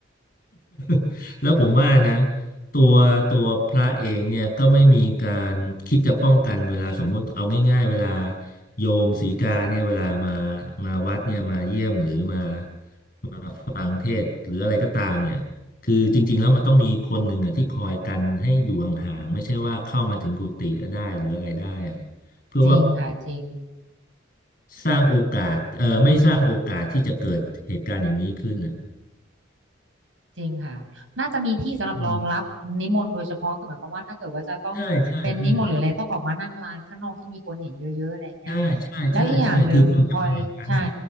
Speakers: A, on the left (about 45°); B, on the right (about 80°).
A: <laughs> แล้วผมว่านะตัวตัวพระเองเนี่ยก็ไม่มีการคิดจะป้องกันเวลาสมมุติเอาง่ายๆเวลาโยมสีกาเนี่ยเวลามามาวัดเนี่ยมาเยี่ยมหรือมา มาฟังเทศน์หรืออะไรก็ตามเนี่ยคือจริงๆแล้วมันต้องมีคนหนึ่งอ่ะที่คอยกันให้อยู่ห่างๆไม่ใช่ว่าเข้ามาถึงกุฏิได้หรืออะไรได้อะเพื่อว่า
B: จริงค่ะจริง
A: สร้างโอกาสเอ่อไม่สร้างโอกาสที่จะเกิดเหตุการณ์อย่างนี้ขึ้นอ่ะ
B: จริงค่ะน่าจะมีที่สำหรับรองรับนิมนต์โดยเฉพาะคือหมายความว่าถ้าเกิดว่าจะต้องเป็นนิมนต์หรืออะไรต้องออกมานั่งลานข้างนอกที่มีคนเห็นเยอะๆอะไรอย่างเงี้ย
A: อืมใช่ใช่ใช่ใช่ใช่ใช่ใช่คือควรจะเป็นอย่างนั้นอ่ะ
B: แล้วอีกอย่างหนึ่งออยใช่